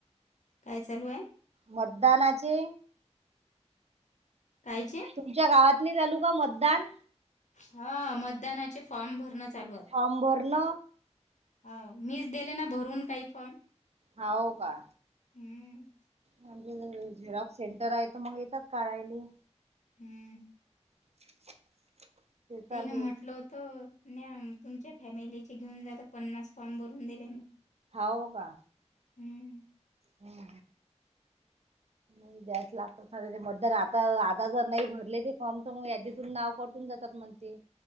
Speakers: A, on the left; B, on the right.
A: काय चालूहाय.
B: मतदानाची.
A: कायचे?
B: तुमच्या गावातली नाही चालू का. मतदान
A: हा मतदानाचे फॉर्म भरणं चालूय.
B: फॉर्म भरल.
A: हो मीच दिले ना भरून काही फॉर्म.
B: हो का.
A: हम्म.
B: म्हे <unintelligible> झेरॉक्स सेंटर आहे त मग येतात काढयली.
A: हम्म.
B: <inaudible>
A: त्यान म्हटलं
B: आहे
A: होतं न तुमच्या फॅमिलीचे घेऊन जात पन्नास फॉर्म भरून दिले मी
B: हव का.
A: हम्म.
B: हम् हम ब्यास <unintelligible> लाख मदर आता आता जर नाही भरले ते फॉर्म तर मग यादीतून नाव कटून जातात म्हण ते